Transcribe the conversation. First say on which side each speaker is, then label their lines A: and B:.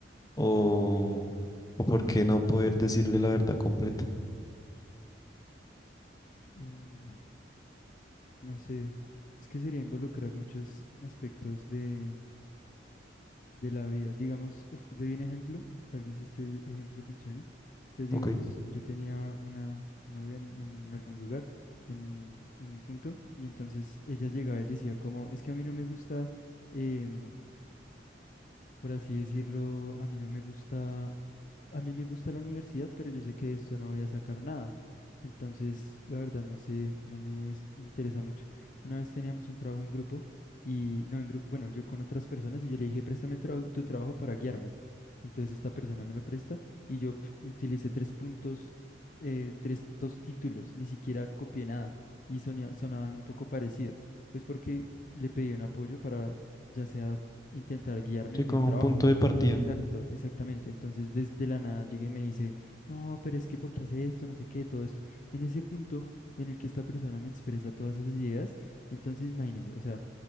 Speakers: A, on the left; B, on the left.
A: o, o por qué no poder decirle la verdad completa.
B: Mm. No sé, es que sería involucrar muchos aspectos de, de la vida. Digamos, uf, doy un ejemplo, tal vez este ejemplo funcione. Entonces, digamos,
A: Ok,
B: yo tenía una novia en, en algún lugar, en, en un punto, y entonces ella llegaba y decía como, es que a mí no me gusta, em, por así decirlo, a mí no me gusta, a mí me gusta la universidad, pero yo sé que de esto no voy a sacar nada. Entonces, la verdad, no sé, no me es- interesa mucho. Una vez teníamos un trabajo en grupo y, no, en grupo, bueno, yo con otras personas y yo le dije, préstame tra- tu trabajo para guiarme. Entonces, esta persona me lo presta y yo pf, utilicé tres puntos, eh, tres, dos títulos, ni siquiera copié nada y sonía- sonaban un poco parecido, pues porque le pedí un apoyo para ya sea intentar guiarme
A: sí,
B: de
A: como
B: un trabajo.
A: punto de partida,
B: Exacto, exactamente. Entonces, desde la nada llega y me dice, no, pero es que porque hace esto, no sé qué, todo esto. En ese punto en el que esta persona me expresa todas esas ideas, entonces imagínese, o sea,